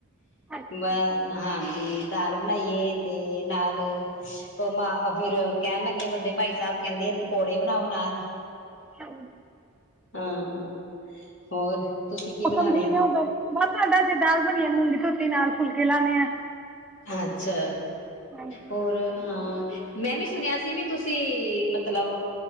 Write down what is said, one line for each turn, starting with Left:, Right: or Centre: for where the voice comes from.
Centre: ਅੱਛਾ
Left: ਬ ਹਾਂਜੀ ਦਾਲ ਬਣਾਈਏ ਤੇ ਨਾਲ ਉਹ ਮ ਫਿਰ ਕਹਿਣ ਲੱਗੇ ਵੱਡੇ ਭਾਈ ਸਾਹਿਬ ਕਹਿੰਦੇ ਪਕੌੜੇ ਬਣਾਓ ਨਾਲ
Centre: ਹਾਂ
Left: ਹਾਂ ਹੋਰ ਤੁਸੀਂ ਕੀ
Centre: ਮੌਸਮ
Left: ਬਣਾ ਲਿਆ
Centre: ਠੀਕ ਹੈ ਉਧਰ ਬਹੁਤ ਜ਼ਦਾ ਜੇ ਦਾਲ ਬਣੀਏ ਮੁੰਡੀ ਤੋਂ ਤੀ ਨਾਲ ਫੁਲਕੇ ਲਾਉਣੇ ਆ
Left: ਅੱਛਾ
Centre: ਹਾਂਜੀ
Left: ਹੋਰ ਹਾਂ ਮੈਂ ਵੀ ਸੁਣਿਆ ਸੀ ਵੀ ਤੁਸੀਂ ਮਤਲਬ